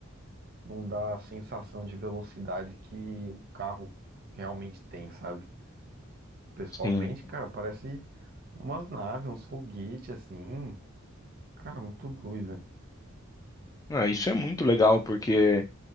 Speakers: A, on the right; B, on the left.
A: não dá a sensação de velocidade que o carro realmente tem, sabe? Pessoalmente,
B: Sim.
A: cara, parece umas naves, uns foguetes assim. Cara, muito doido. né?
B: Ah, isso é muito legal, porque